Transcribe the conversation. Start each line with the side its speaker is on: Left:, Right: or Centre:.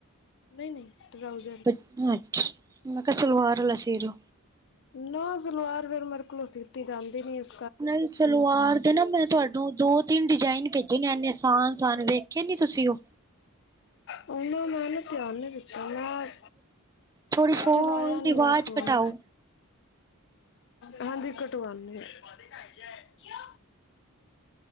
Left: ਨਈ ਈ ਨਈ ਈ ਟੁਵਾ ਵੀ
Right: ਤ ਅੱਛਾ ਆ ਮੈਂ ਕਿਹਾ ਸਲਵਾਰ ਲ ਸੀ ਦਿਓ
Left: ਨਾ ਸਲਵਾਰ ਫੇਿਰ ਮੇਰੇ ਕੋਲੋਂ ਸੀਤੀ ਜਾਂਦੀ ਨੀ ਅਜੇ
Right: ਨਈ ਸਲਵਾਰ ਦੇ ਨਾ ਮੈਂ ਤੁਹਾਾਨੂੰ ਦੋ ਤਿੰਨ ਡਿਜ਼ਾਇਨ ਭੇਜੇ ਨੇ ਇਨੇ ਸਾਨ ਸਾਨ ਡੇ ਏ ਵੇਖੇ ਨੀ ਤੁਸੀਂ ਉਹ
Left: ਉਹਨਾਂ ਮੈੰ ਨਾ ਧਿਆਰ ਨੀ ਦਿੱਤਾ ਯਾਰ
Right: ਥੋੜੀ ਫੋਨ
Left: ਚਲਾਇਆ ਨੀਂ
Right: ਦੀ ਆਵਾਜ਼
Left: ਮੈਂ ਫੋਨ
Right: ਘਟਾਓ
Left: ਹਾਂਜੀ ਘਟਵਾਨੀ ਐ ਕਿਓ